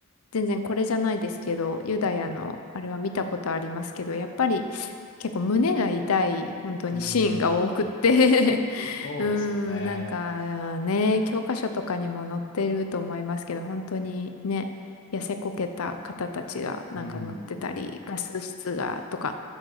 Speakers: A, on the left (about 75°); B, on the left (about 55°).
A: 全然これじゃないですけど、ユダヤのあれは見たことありますけど、やっぱり結構胸が痛い本当にシーンが多くって
B: うーん。
A: <laughs>
B: そうですよね。
A: うーん、なんかね、教科書とかにも載ってると思いますけど、本当にね、痩せこけた方たちがなんか乗ってたり、
B: うーん。
A: ガス室がとか、